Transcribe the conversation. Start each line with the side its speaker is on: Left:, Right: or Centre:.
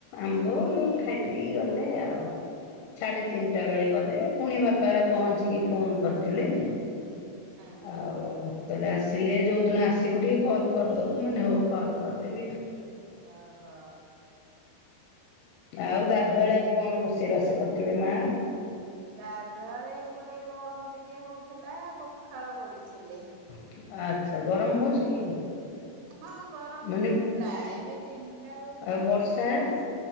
Left: ଆମ୍ବ ଖାଇ ପିଇକି ଗଲେ ଆଉ ସାଢେ
Right: ଅ
Left: ତିନିଟା
Right: ହଁ
Left: ବେଳେ ଗଲେ। ପୁଣି ବାପା ପହଞ୍ଚିକି ଫୋନ୍ କରିଥିଲେ।
Right: ହଁ
Left: ଆଉ ତାହାଲେ ଆସିଲେ ଯଉ ଦିନ ଆସିବୁ ଟିକେ କଲ୍ କରିଦବୁ ମୁଁ କହିନି ହୋଉ କଲ୍ କରିଦେବି ଆଉ।
Right: ଅହୋ।
Left: ଆଉ ଗାଧୁଆଳେ ଆଜି କଣ ରୋଷେଇ ବାସ କରିଥିଲେ ମା
Right: ଗାଧୁଆଳେ ଏପଟେ ଗରମ ଟିକେ ହଉଥିଲା ପଖାଳ କରିଥିଲି।
Left: <inaudible>
Right: ସବୁ
Left: ହଉଛି କି?
Right: ହଁ ଗରମ
Left: ମାନେ
Right: ପଡୁଥିଲା ଏବେ ତିନିଟା ବେଳୁ
Left: ଆଉ
Right: ଟିକେ
Left: ବର୍ଷା?